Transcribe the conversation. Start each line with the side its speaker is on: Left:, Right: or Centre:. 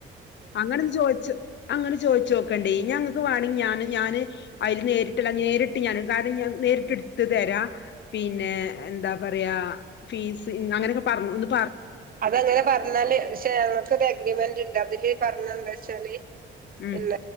Left: അങ്ങനൊന്ന് ചോദിച്ച് അങ്ങനെ ചോദിച്ചു നോക്കണ്ടേ ഞാൻ വാണെ ഞാന് ഞാന് അതില് നേരിട്ടുള്ള നേരിട്ട് ഞാന് നേരിട്ട് എടുത്ത് തരാം പിന്നെ എന്താ പറയാ ഫീസ് അങ്ങനക്കെ പറ
Right: അതങ്ങനെ പറഞ്ഞാല് പക്ഷെ ഞങ്ങൾക്കത് ഒരു എഗ്രിമെന്റ് ഉണ്ട് അതില്- പറഞ്ഞ എന്താ വെച്ചാല്
Left: ഉം
Right: ഇല്ല